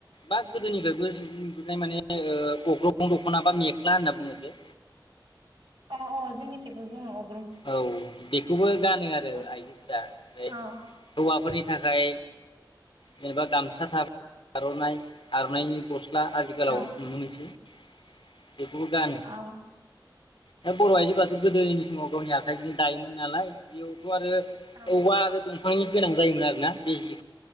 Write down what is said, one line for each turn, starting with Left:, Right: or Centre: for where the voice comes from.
Left: बा गोदोनिफ्रायबो नुबोनाय माने ओ <unintelligible> अग्रं दख'ना बा मेख्ला होनना बुङो जे
Right: अ अ जोंनि थेवबो बुङो औ।
Left: औ बेखौबो गानो आरो
Right: औ
Left: आइजोफोरा ओमफ्राय
Right: औ
Left: हौवाफोरनि थाखाय जेनेबा गामसा थाब आर'नानायनि गस ला आजिखालाव
Right: औ
Left: नुनो मोनसै बेखौबो गानो।
Right: औ
Left: दा बर' आइजोफ्राथ' गोदोनि समाव गावनि आखाइ बिनो दायोमोन नालाय बेयाव थ' आरो अबावबा
Right: औ
Left: आरो। दंफांनि गोनां जायोमोन आरोना बे जि